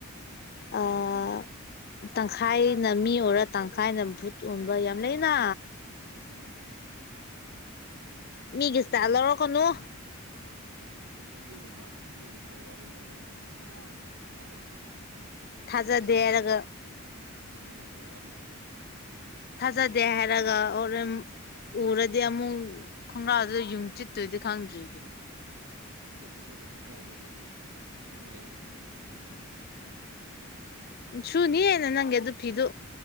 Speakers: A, on the left; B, on the right.
A: ꯑꯥ ꯇꯪꯈꯥꯏꯅ ꯃꯤ ꯑꯣꯏꯔ ꯇꯪꯈꯥꯏꯅ ꯚꯨꯠ ꯑꯣꯟꯕ ꯌꯥꯝ ꯂꯩꯅ
B: ꯑꯝ ꯍꯨꯝ
A: ꯃꯤꯒꯤ ꯢꯁꯇꯥꯜ ꯂꯧꯔꯥꯛꯀꯅꯨ
B: ꯑꯗꯨꯒꯨꯝꯕ ꯑꯗꯨꯒꯨꯝꯕ ꯋꯥꯔꯤꯗꯣ ꯑꯩꯗꯤ ꯁꯨꯡꯆ ꯊꯖꯗꯤꯦ
A: ꯊꯥꯖꯗꯦ
B: ꯁꯦꯝꯖꯕ
A: ꯍꯥꯏꯔꯒ
B: ꯁꯦꯝꯖꯕ ꯋꯥꯔꯤꯅꯤ
A: ꯊꯥꯖꯗꯦ ꯍꯥꯏꯔꯒ ꯑꯣꯔ ꯎꯔꯗꯤ ꯑꯃꯨꯛ ꯈꯣꯡꯒ꯭ꯔꯥꯗꯨꯗ ꯌꯨꯡ ꯆꯤꯠꯇꯣꯏꯗꯤ ꯈꯪꯗ꯭ꯔꯤ
B: ꯆꯤꯠꯂꯁꯨ ꯀꯩꯁꯨ ꯀꯥꯏꯗꯦ ꯀꯩꯅꯣ ꯅꯪ ꯂꯩꯔꯤ
A: ꯎꯝ ꯁꯨꯅꯤ ꯑꯩꯅ ꯅꯪ ꯑꯗꯨꯒꯤ ꯐꯤꯗꯨ